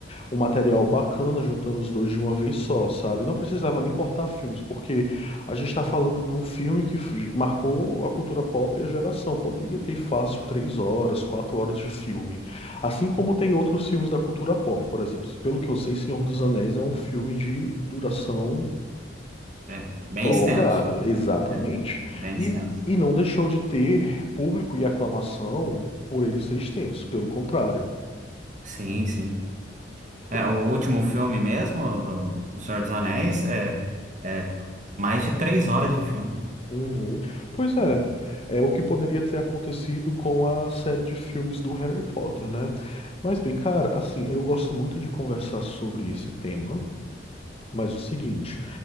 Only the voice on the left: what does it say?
um material bacana juntando os dois de uma vez só, sabe? Não precisava nem cortar filmes, porque a gente está falando de um filme que f- marcou a cultura pop e a geração. Poderia ter fácil três horas, quatro horas de filme. Assim como tem outros filmes da cultura pop, por exemplo, pelo que eu sei, Senhor dos Anéis é um filme de duração.
Prolongada,
exatamente.
E,
e não deixou de ter público e aclamação por ele ser extenso, pelo contrário.
Pois
é.
Uhum. Pois
é, é o que poderia ter acontecido com a série de filmes do Harry Potter, né? Mas bem, cara, assim, eu gosto muito de conversar sobre esse tema, mas o seguinte.